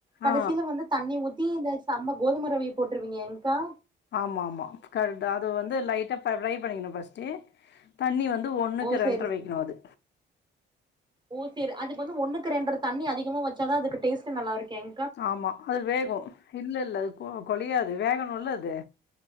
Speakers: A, on the right; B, on the left.
A: கடைசில
B: ஆ
A: வந்து தண்ணி ஊத்தி இந்த சம்ம கோதும ரவ்வைய போட்ருவீங்க கா
B: ஆமாமா கரைட்டு அத வந்து லைட்டா ப ப்ரை பண்ணிக்கணு ஃபஸ்ட்டு தண்ணி வந்து ஒன்னுக்கு
A: ஓ
B: ரெண்ற
A: சேரி
B: வைக்கணு
A: சேரி
B: அது
A: ஓ சர் அதுக்கு வந்து ஒன்னுக்கு ரெண்ற தண்ணி அதிகமா வச்சாதா அதுக்கு டேஸ்ட்டு நல்லா இருக்கேங்
B: ஆமா அது வேகு இல்ல இல்ல அது கொ கொழியாது வேகனுல்ல அது